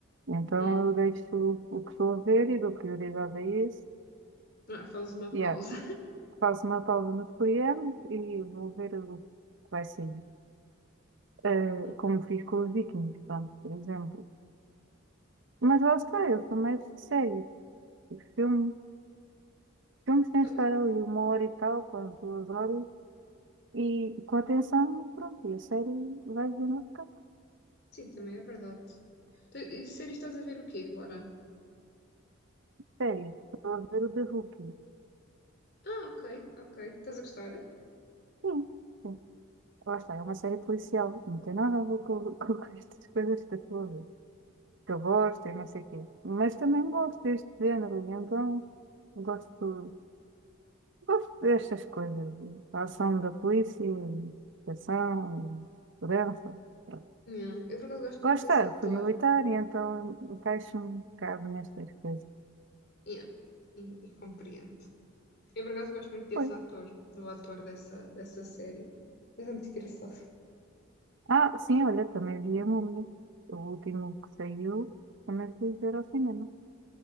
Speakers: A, on the right; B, on the left.
A: Então
B: hum.
A: eu deixo o que estou a ver e dou prioridade a esse.
B: Ah, fazes uma
A: Yeah.
B: pausa.
A: Faço uma pausa nos coreanos e vou ver o que vai sair. Eh,
B: Hum.
A: como fiz com os Vikings, pronto, por exemplo. Mas lá está, eu sou mais de séries. Filme, filmes têm
B: Então,
A: de estar ali uma hora e tal, quase duas horas, e com atenção, pronto, e a série vai ver no outro canto.
B: Sim, também é verdade. Tu- E séries estás a ver o quê agora?
A: Sério, estou a ver o The Rookie.
B: Ah, ok, ok. Estás a gostar?
A: Sim, sim. Lá está, é uma série policial. Não tem nada a ver com, <laughs> com estas coisas que eu estou a ver. Que eu gosto e não sei o quê. Mas também gosto deste género, e então gosto, gosto destas coisas. A ação da polícia, a ação, e segurança. Pronto.
B: Yeah. Eu por acaso gosto muito
A: Lá
B: desse ator
A: fui militar e então encaixo-me um bocado nestas coisas.
B: Yeah. e, e compreendo. Eu, por acaso, gosto muito desse
A: Pois.
B: ator, do ator dessa, dessa série. Ele é muito engraçado.
A: Ah, sim, olha, também vi a Múmia. O último que saiu, também fui ver ao cinema.